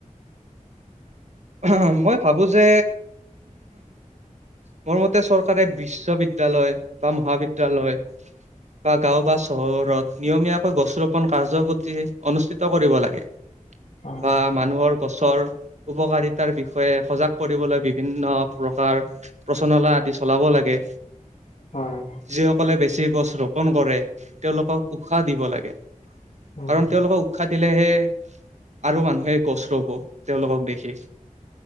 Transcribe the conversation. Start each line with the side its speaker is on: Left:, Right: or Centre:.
Right: অ', মই ভাবো যে মোৰ মতে চৰকাৰে বিশ্ববিদ্যালয় বা মহাবিদ্যালয় বা গাঁও বা চহৰত নিয়মীয়াকৈ গছ ৰোপন কাৰ্যসূচী অনুষ্ঠিত কৰিব লাগে।
Left: হয়,
Right: বা মানুহৰ গছৰ উপকাৰিত তাৰ বিষয়ে সজাগ কৰিবলৈ বিভিন্ন প্ৰকাৰ প্ৰচনলা আদি চলাব লাগে।
Left: হয়,
Right: যিসকলে বেছি গছ ৰোপন কৰে তেওঁলোকক উশাহ দিব লাগে।
Left: উম,
Right: কাৰণ তেওঁলোকক খাটিলেহে আৰু মানুহে গছ ৰুব তেওঁলোকক দেখি।